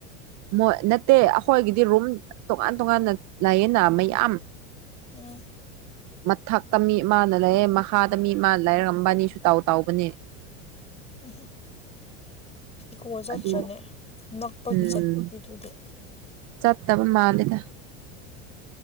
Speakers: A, on the right; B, on the left.
A: ꯃꯣꯏ ꯅꯠꯇꯦ ꯑꯩꯈꯣꯏꯒꯤꯗꯤ ꯔꯨꯝ ꯇꯣꯉꯥꯟ ꯇꯣꯉꯥꯟꯅ ꯂꯩꯌꯦꯅ ꯃꯌꯥꯝ
B: ꯎꯝ
A: ꯃꯊꯛꯇ ꯃꯤ ꯃꯥ ꯂꯩꯔꯦ ꯃꯈꯥꯗ ꯃꯤ ꯃꯥꯅ ꯂꯩꯔꯒ ꯛꯝꯕꯅꯤꯁꯨ <unintelligible> ꯇꯥꯎ ꯇꯥꯎꯕꯅꯦ
B: ꯎꯝꯍꯝ ꯏꯀꯣ ꯆꯠꯇ꯭ꯔꯅꯦ
A: ꯑꯗꯨ
B: ꯅꯛꯄꯒꯤ
A: ꯎꯝ
B: ꯆꯠꯤꯗꯨꯗꯤ
A: ꯆꯠꯇꯕ ꯃꯥꯜꯂꯦꯗ